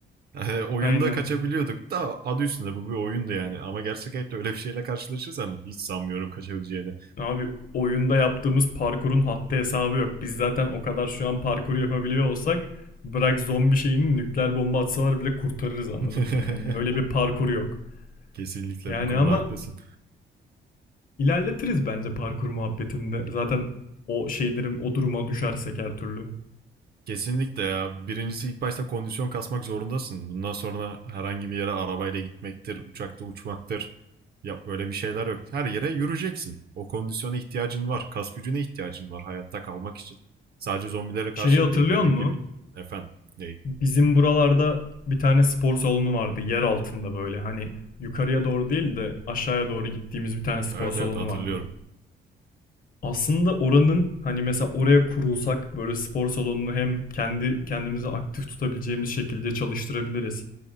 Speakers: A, on the right; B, on the left.
A: <laughs> Oyunda
B: Aynen.
A: kaçabiliyorduk da adı üstünde bu bir oyundu yani. Ama gerçek hayatta öyle bir şeyle karşılaşırsan hiç sanmıyorum kaçabileceğini.
B: Abi oyunda yaptığımız parkurun haddi hesabı yok. Biz zaten o kadar şu an parkuru yapabiliyor olsak bırak zombi şeyini nükleer bomba atsalar bile kurtarırız anladın
A: <laughs>
B: mı? Yani öyle bir parkur yok.
A: Kesinlikle
B: Yani
A: bu konuda
B: ama
A: haklısın.
B: İlerletiriz bence parkur muhabbetinde. Zaten o şeylerin o duruma düşersek her türlü.
A: Kesinlikle ya. Birincisi ilk başta kondisyon kasmak zorundasın. Bundan sonra herhangi bir yere arabayla gitmektir, uçakta uçmaktır. Ya öyle bir şeyler yok. Her yere yürüyeceksin. O kondisyona ihtiyacın var. Kas gücüne ihtiyacın var hayatta kalmak için. Sadece zombilere karşı
B: Şeyi hatırlıyor
A: da değil dediğim
B: musun?
A: gibi. Efendim. Ney?
B: Bizim buralarda bir tane spor salonu vardı yer altında böyle. Hani yukarıya doğru değil de aşağıya doğru gittiğimiz bir tane spor
A: Evet
B: salonu
A: evet hatırlıyorum.
B: vardı. Aslında oranın hani mesela oraya kurulsak böyle spor salonunu hem kendi kendimizi aktif tutabileceğimiz şekilde çalıştırabiliriz.